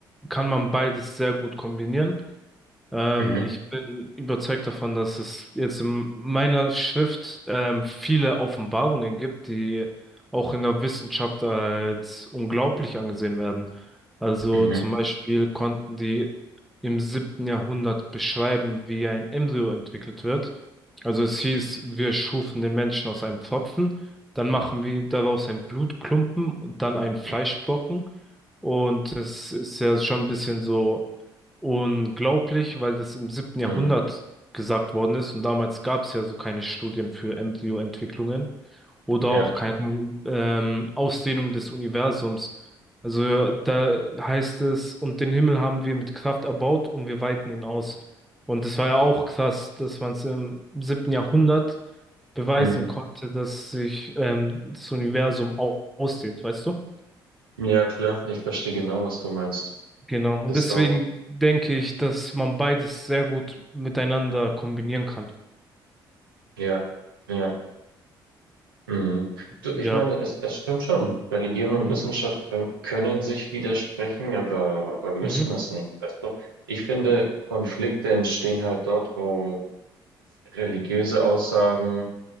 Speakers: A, in the centre; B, on the right.
A: kann man beides sehr gut kombinieren. Ähm,
B: Mhm,
A: ich bin überzeugt davon, dass es jetzt in meiner Schrift ähm, viele Offenbarungen gibt, die auch in der Wissenschaft als unglaublich angesehen werden. Also
B: mhm,
A: zum Beispiel konnten die im siebten Jahrhundert beschreiben, wie ein Embryo entwickelt wird. Also es hieß, wir schufen den Menschen aus einem Pfropfen, dann machen wir daraus einen Blutklumpen und dann einen Fleischbrocken. Und es ist ja schon ein bisschen so unglaublich, weil das im siebten Jahrhundert
B: mhm,
A: gesagt worden ist und damals gab es ja so keine Studien für Embryoentwicklungen oder
B: ja,
A: auch keine ähm, Ausdehnung des Universums. Also da heißt es, und den Himmel haben wir mit Kraft erbaut und wir weiten ihn aus. Und es war ja auch krass, dass man es im siebten Jahrhundert beweisen
B: mhm.
A: konnte, dass sich ähm, das Universum au ausdehnt, weißt du?
B: Ja, klar, ich verstehe genau, was du meinst.
A: Genau.
B: Ist
A: Und deswegen
B: auch,
A: denke ich, dass man beides sehr gut miteinander kombinieren kann.
B: ja, ja. Mhm. Du,
A: Ja.
B: ich meine, es, es stimmt schon. Religion und
A: Mhm.
B: Wissenschaft können, können sich widersprechen, aber, aber müssen
A: Mhm.
B: es nicht, weißt du? Ich finde, Konflikte entstehen halt dort, wo religiöse Aussagen